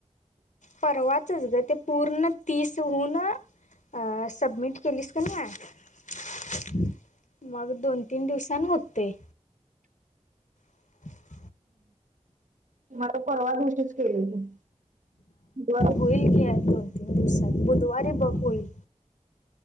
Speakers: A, on the left (about 80°); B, on the right (about 80°).
A: परवाचच ग ते पूर्ण तीसहून अ सबमिट केलीस की नयी मग दोन तीन दिवसन होते. <inaudible> <unintelligible>
B: मला परवा दिवशीच केले होती मग
A: होईल घे या दोन तीन दिवसांत बुधवारी बघ होईल